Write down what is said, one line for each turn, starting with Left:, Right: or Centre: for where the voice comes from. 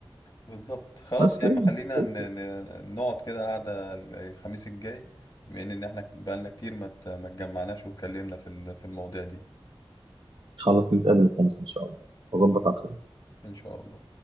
Left: بالظبط خلاص
Right: بس
Left: يا عم خلينا
Right: بس
Left: ن- ن- نقعد كده قعدة ال- الخميس الجاي بما ان احنا بقالنا كتير ما ات- ما اتجمعناش واتكلمنا في ال- في المواضيع دي
Right: خلاص نتقابل الخميس ان شاء الله اظبط
Left: ان شاء
Right: على
Left: الله،
Right: الخميس
Left: إن شاء الله